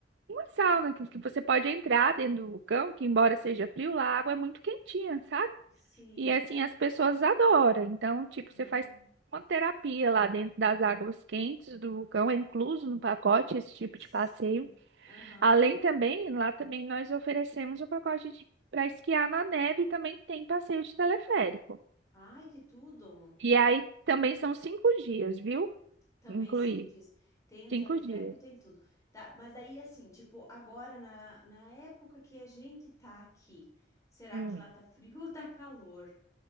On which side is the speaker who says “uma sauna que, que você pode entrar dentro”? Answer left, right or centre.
Right